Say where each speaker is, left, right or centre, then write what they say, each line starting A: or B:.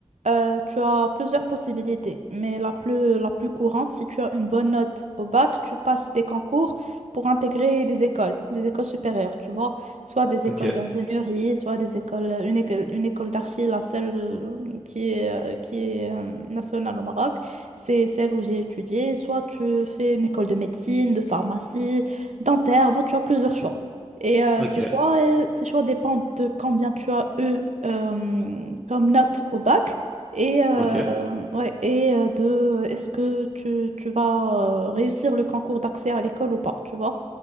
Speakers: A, on the right (about 85°); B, in the centre.
A: euh, tu as plusieurs possibilités. Mais la plus, la plus courante, si tu as une bonne note au bac, tu passes des concours pour intégrer des écoles, des écoles supérieures, tu vois. Soit des écoles
B: Ok,
A: d'ingénierie, soit des écoles, une école, une école d'archi, la seule qui est, euh, qui est euh, nationale au Maroc. C'est celle où j'ai étudié. Soit tu fais une école de médecine, de pharmacie, dentaire. Bon, tu as plusieurs choix. Et euh,
B: ok,
A: ces choix, euh, ces choix dépendent de combien tu as eu euh, comme note au bac et, euh,
B: ok,
A: ouais, et euh, de euh, est-ce que tu, tu vas euh, réussir le concours d'accès à l'école ou pas, tu vois.